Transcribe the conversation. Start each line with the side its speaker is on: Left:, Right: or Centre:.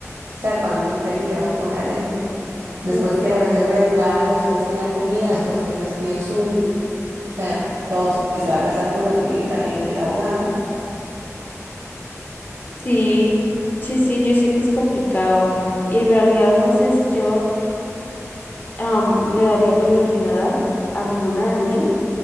Right: sea, ¿cuánto cree que le va a cobrar él? Después
Left: no,
Right: que
Left: yo-
Right: la reserva del lugar, después que la comida, después que el vestido suyo. O sea, todo si si se va a casar por lo civil, también que el abogado.
Left: sí, sí, sí, yo sé que es complicado y en realidad no sé si yo am, le daría prioridad a mi luna de miel